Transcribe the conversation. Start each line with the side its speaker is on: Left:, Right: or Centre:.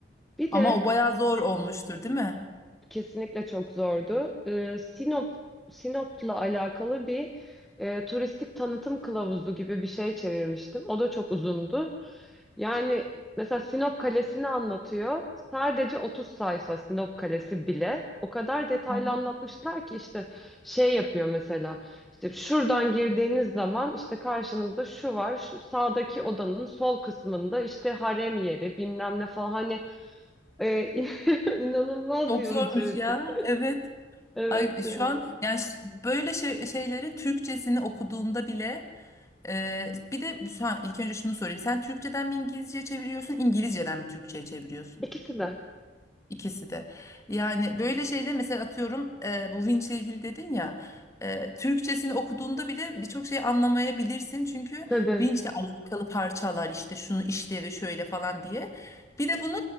Centre: Bir
Left: Ama
Centre: de
Left: o bayağı zor olmuştur, değil mi?
Centre: Kesinlikle çok zordu. Ee, Sinop Sinop'la alakalı bir e, turistik tanıtım kılavuzu gibi bir şey çevirmiştim. O da çok uzundu. Yani mesela Sinop Kalesi'ni anlatıyor. Sadece 30 sayfa Sinop Kalesi bile. O kadar detaylı
Left: Ay,
Centre: anlatmışlar ki işte şey yapıyor mesela. İşte şuradan girdiğiniz zaman işte karşınızda şu var. Şu sağdaki odanın sol kısmında işte harem yeri bilmem ne falan. Hani e, <laughs> inanılmaz
Left: çok
Centre: yorucuydu.
Left: zormuş ya. Evet.
Centre: Evet
Left: Ay şu
Centre: ya.
Left: an yani ş- böyle şey, şeyleri Türkçesini okuduğunda bile e, bir de şu an ilk önce şunu sorayım. Sen Türkçeden mi İngilizce çeviriyorsun, İngilizceden mi Türkçe'ye çeviriyorsun?
Centre: İkisi de.
Left: İkisi de. Yani böyle şeyle mesela atıyorum e, bu vinçle ilgili dedin ya e, Türkçesini okuduğunda bile birçok şey anlamayabilirsin çünkü
Centre: Tabii.
Left: vinçle alakalı parçalar işte şunu işlevi şöyle falan diye. Bir de bunu